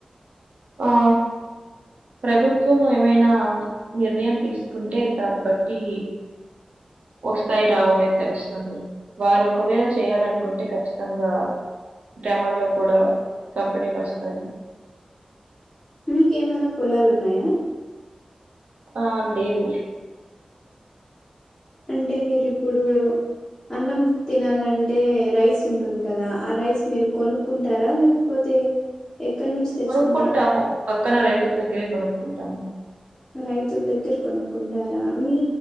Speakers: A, on the right (about 75°); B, on the left (about 25°).
A: ఆ ప్రభుత్వము ఏమైనా నిర్ణయం తీసుకుంటే దాన్ని బట్టి ఒస్తాయి రావు అనేది తెలుస్తుంది వారు ఒకవేళ చేయాలనుకుంటే ఖచ్చితంగా గ్రామాల్లో కూడా కంపెనీలు ఒస్తాయి
B: నీకేమైనా పొలాలున్నాయా?
A: ఆమ్ దేవి
B: అంటే మీరు ఇప్పుడు అన్నం తినాలన్ టే రైస్ ఉంటుంది కదా! ఆ రైస్ మీరు కొనుక్కుంటారా? లేకపోతే, ఎక్కడి నుంచి తెచ్చుకుంటారు?
A: కొనుక్కుంటాము. పక్కన రైతుల దగ్గరే కొనుక్కుంటాము.
B: రైతుల దగ్గర కొనుక్కుంటారా? మీ